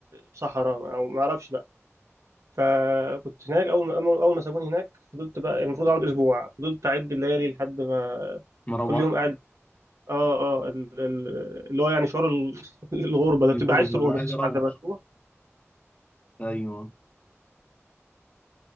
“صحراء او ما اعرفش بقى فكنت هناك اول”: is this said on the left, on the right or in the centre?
Right